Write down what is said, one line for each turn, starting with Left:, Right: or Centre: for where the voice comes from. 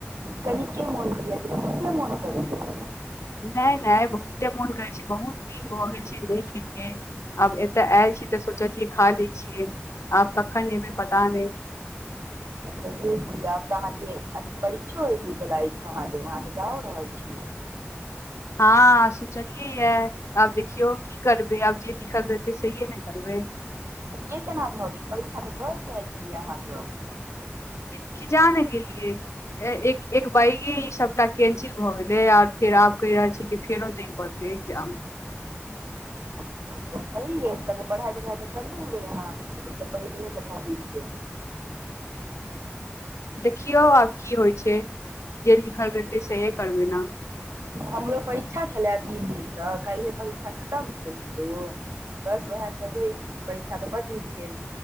Right: कनिके मोन करैया बहुते मोन करैया
Left: नय नय बहुते मोन करै छै बहुत दिन भऽ गेल छै नय खेलियै आब एतऽ आयल छी तऽ सोचलीयै खा लै छियै आब कखन एबै पता नय
Right: कहियै की आब तऽ अहाँके अथी परीक्षो होय वला अछि कहाँ दन अहाँ तऽ जाओ रहल छियै।
Left: हँ सुचलियै किया आब देखियौ की करबै आब जे लिखल रहतै सहिए ने करबै
Right: के केना भऽ गेल परीक्षा तऽ दये कय एल छलियै अहाँ तऽ
Left: कि किजाने गेलियै ए एक एक बैगे ई सबटा कैंसिल भए गेले आर फेर आब कहि रहल छी कि फेरो परतै एग्जाम
Right: तब तऽ सही अछि पढ़ाइ तिखाइ तऽ करने हेबै यहाँ ओहिसँ पहिले हे सब चीज के
Left: देखियौ आब की होइ छै जे लिखल रहतै सेहे करबै न
Right: हमरो परीक्षा छलए तीन दिनसँ कालि परीक्षा खतम भेल हमरो बस उएह सभ अछि परीक्षा तऽ बड नीक भेल